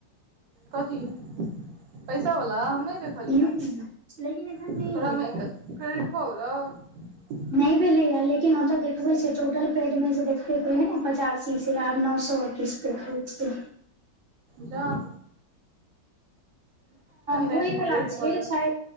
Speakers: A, on the right; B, on the right.
A: कथी पैसा वला हम देखलियै
B: ह लेकिन एखन
A: तोरा
B: नहि एलैया
A: में क्रेडिट भऽ गेल गेलौ
B: नहि भेले ह लेकिन ओतऽ देखबे छ टोटल पेड में जे देखते के है ने पचासी से आब नौ ओ सए किस देखय छी
A: जाउ
B: होइवला
A: रातिमे क्रेडिट
B: छै
A: भऽ जाउ
B: शाय